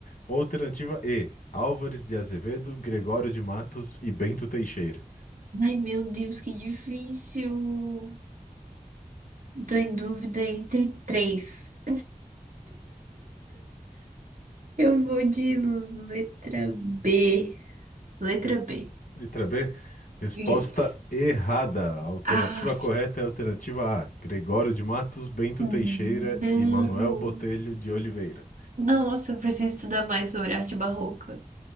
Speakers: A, on the left (about 85°); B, on the right (about 75°).
A: Alternativa E: Álvares de Azevedo, Gregório de Matos e Bento Teixeira.
B: Ai, meu Deus, que difícil. Eu tô em dúvida entre três. Eu vou de letra B. Letra
A: Lit-
B: B.
A: Letra B: Resposta
B: Yes.
A: errada. A alternativa
B: Ah,
A: correta é a alternativa A: Gregório de Matos, Bento
B: não.
A: Teixeira e Manuel Botelho de Oliveira.
B: Nossa, eu preciso estudar mais sobre arte barroca.